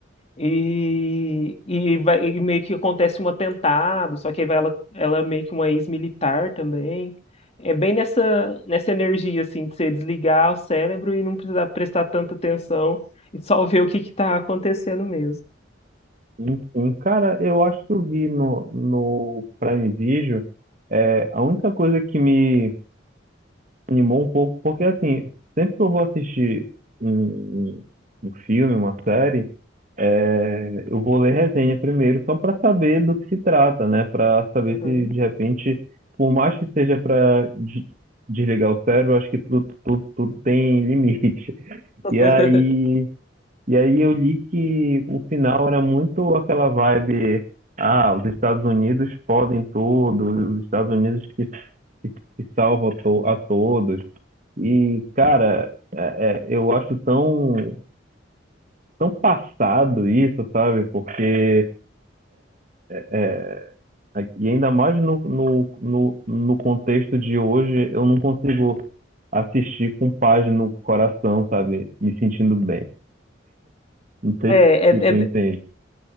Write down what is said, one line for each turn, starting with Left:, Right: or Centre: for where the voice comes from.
Left: e, e, vai, e meio que acontece um atentado, só que aí vai ela, ela é meio que uma ex-militar também. É bem nessa, nessa energia assim de você desligar o cérebro e não precisar prestar tanta atenção e só ver o que está acontecendo mesmo.
Right: Enfim, cara, eu acho que eu vi no, no Prime Video. É, a única coisa que me animou um pouco, porque assim, sempre que eu vou assistir um, um- um filme, uma série, é, eu vou ler resenha primeiro, só para saber do que se trata, né? Para saber
Left: Uhum.
Right: se de repente, por mais que seja para desligar o cérebro, eu acho que tudo, tudo, tudo tem limite. <laughs>
Left: <laughs>
Right: E aí, e aí eu li que o final era muito aquela vibe. Ah, os Estados Unidos podem tudo, os Estados Unidos que, que, que salvam a to- a todos. E, cara, é- é, eu acho tão, tão passado isso, sabe? Porque, é, e ainda mais no, no, no, no contexto de hoje, eu não consigo assistir com paz no coração, sabe? Me sentindo bem. Não sei
Left: É,
Right: se, se tu
Left: é,
Right: entende.